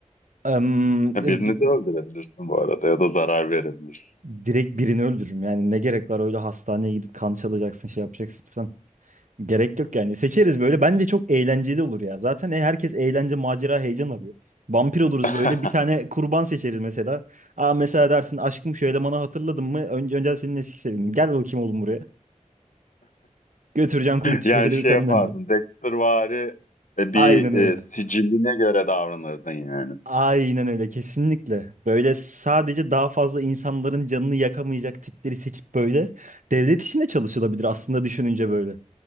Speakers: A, on the right (about 75°); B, on the left (about 80°).
A: Em,
B: Ya
A: e,
B: birini
A: bi-
B: de öldürebilirsin bu arada ya da zarar verebilirsin.
A: direkt birini öldürürüm. Yani ne gerek var öyle hastaneye gidip kan çalacaksın, şey yapacaksın falan. Gerek yok yani. Seçeriz böyle. Bence çok eğlenceli olur ya. Zaten e- herkes eğlence, macera, heyecan arıyor. Vampir oluruz
B: <laughs>
A: böyle. Bir tane kurban seçeriz mesela. Aa mesela dersin aşkım şu elemanı hatırladın mı? Önce, önce senin eski sevgilin. Gel bakayım oğlum buraya. Götüreceksin kuytu
B: Yani
A: köşede
B: şey
A: bir kadın
B: yapardın.
A: emeceksin.
B: Dextervari e,
A: Aynen
B: bir e,
A: öyle.
B: siciline göre davranırdın yani.
A: Aynen öyle kesinlikle. Böyle sadece daha fazla insanların canını yakamayacak tipleri seçip böyle devlet işinde çalışılabilir aslında düşününce böyle.